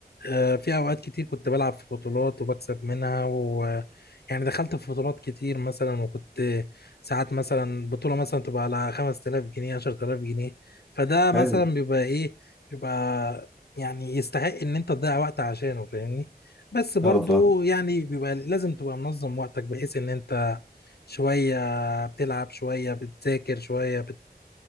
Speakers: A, on the left; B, in the centre.
A: آه، في اوقات كتير كنت بلعب في بطولات وبكسب منها و يعني دخلت في بطولات كتير مثلا وكنت ساعات مثلا بطولة مثلا تبقى على 5000 جنيه 10000 جنيه فده مثلا
B: حلو
A: بيبقى ايه بيبقى يعني يستحق ان انت تضيع وقت عشانه فاهمني بس برضو
B: اه فاهم
A: يعني بيبقى لازم تبقى منظم وقتك بحيث ان انت شوية بتلعب شوية بتذاكر شوية بت